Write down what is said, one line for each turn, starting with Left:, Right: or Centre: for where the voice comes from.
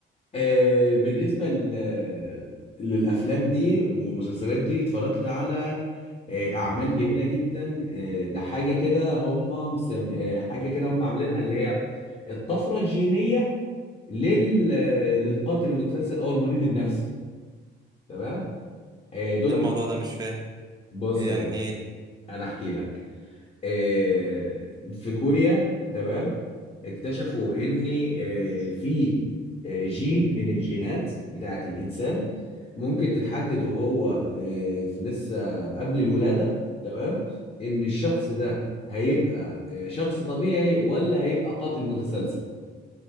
Left: آه بالنسبه ل- للافلام دي والمسلسلات دي اتفرجت على آه اعمال جميله جدا آه لحاجه كده هم مسم... آه حاجه كده هم عاملينها اللي هي الطفره الجينيه لل... آه، للقاتل المتسلسل او المريض النفسي تمام آه دول
Right: الموضوع ده مش فاهم
Left: بص
Right: يعني
Left: يا باشا
Right: ايه
Left: انا احكي لك آه، في كوريا تمام اكتشفوا ان آه، في آه، جين من الجينات بتاعة الانسان ممكن تتحدد وهو آه، في لسه قبل الولادة تمام ان الشخص ده هيبقى آه، شخص طبيعي ولا هيبقى قاتل متسلسل